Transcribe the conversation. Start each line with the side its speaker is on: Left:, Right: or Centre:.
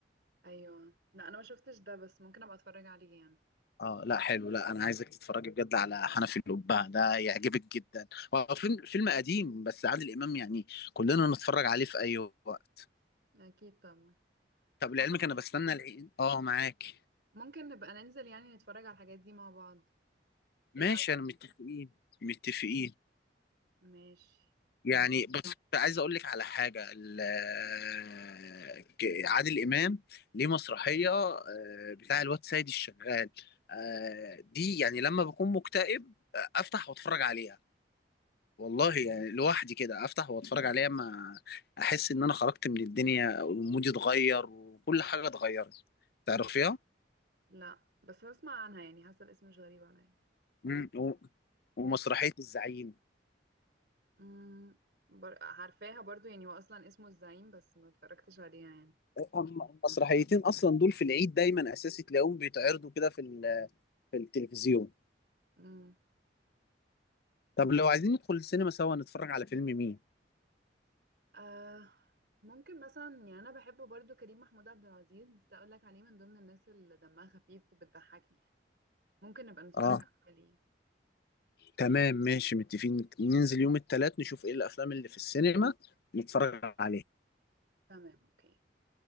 Right: ايوه لا انا ما شفتش ده بس ممكن ابقى اتفرج عليه يعني
Left: اه لا حلو لا انا عايزك تتفرجي بجد على حنفي الأبهة ده يعجبك جدا هو فيلم فيلم قديم بس عادل امام يعني كلنا نتفرج عليه في اي وقت
Right: اكيد طبعا
Left: طب لعلمك
Right: عامة
Left: انا بستنى العيد اه معاك
Right: ممكن نبقى ننزل يعني نتفرج على الحاجات دي مع بعض
Left: ماشي
Right: ايه رأيك
Left: انا متفقين متفقين
Right: ماشي تمام
Left: يعني بص عايز اقول لك على حاجه ال- آه، ك- عادل امام ليه مسرحيه آه، بتاع الواد سيد الشغال آه، دي يعني لما بكون مكتئب آه، افتح واتفرج عليها والله يعني لوحدي كده افتح واتفرج عليها ما احس ان انا خرجت من الدنيا ومودي اتغير وكل حاجه اتغيرت تعرفيها
Right: لا بس هسمع عنها يعني حاسه الاسم مش غريب عليا
Left: مم. و- ومسرحية الزعيم
Right: امم بر... عارفاها برضو يعني هو اصلا اسمه الزعيم بس ما اتفرجتش عليها يعني
Left: هم- المسرحيتين أصلا دول في العيد دايما أساسي تلاقيهم بيتعرضوا كده في ال- في التلفزيون
Right: امم
Left: طب لو عايزين ندخل السينما سوا نتفرج على فيلم مين؟
Right: آه ممكن مثلا يعني انا بحب برضو كريم محمود عبد العزيز بس اقول لك عليه من ضمن الناس اللي دمها خفيف وبتضحكني يعني ممكن نبقى نتفرج
Left: اه
Right: عليه
Left: تمام ماشي متفقين ننزل يوم التلات نشوف ايه الافلام اللي في السينما نتفرج عليها
Right: تمام اوكي